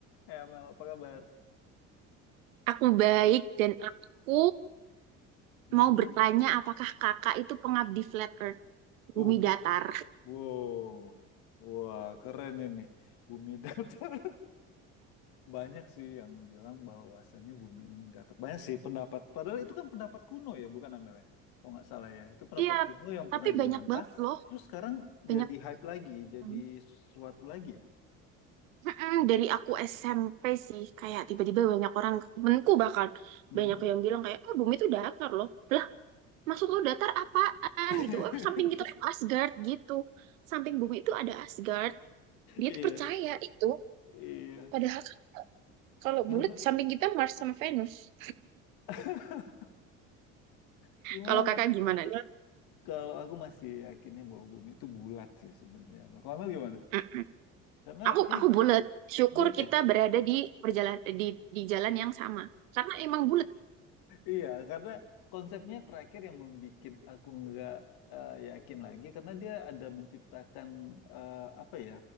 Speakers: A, on the left (about 65°); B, on the right (about 80°).
A: Ya, Mel, apa kabar?
B: Aku baik dan aku
A: Mhm.
B: mau bertanya apakah kakak itu pengabdi flat earth, bumi
A: Uh,
B: datar?
A: wow, wah keren ini. Bumi <laughs> datar. Banyak sih yang bilang bahwasannya bumi ini datar. Banyak sih pendapat. Padahal itu kan pendapat kuno ya, bukan Amel ya? Kalau nggak salah ya, itu pendapat
B: Iya,
A: kuno yang
B: tapi
A: pernah dibantah.
B: banyak banget loh,
A: Terus sekarang
B: banyak
A: jadi hype lagi, jadi
B: banget.
A: sesuatu lagi ya.
B: Mm-mm, dari aku SMP sih, kayak tiba-tiba banyak orang, temenku bahkan,
A: Mhm.
B: banyak yang bilang kayak, oh bumi itu datar loh. Lah, maksud lo datar apaan
A: <laughs>
B: gitu? Oh, samping kita tuh Asgard gitu. Samping bumi itu ada Asgard. Dia
A: Iya,
B: tuh percaya itu.
A: iya.
B: Padahal kan kalau
A: Tapi
B: bulat samping kita Mars sama Venus.
A: <laughs> cuman
B: Kalau kakak gimana
A: kalau aku masih yakinnya bahwa bumi itu bulat sih sebenarnya. Amel. Kalau Amel gimana?
B: nih?
A: Karena
B: Aku
A: dia
B: aku bulat. Syukur
A: Bulat ya?
B: kita berada di perjalan di di jalan yang sama. Karena emang bulat.
A: Iya, karena konsepnya terakhir yang membuat aku nggak eh, yakin lagi karena dia ada menciptakan eh, apa ya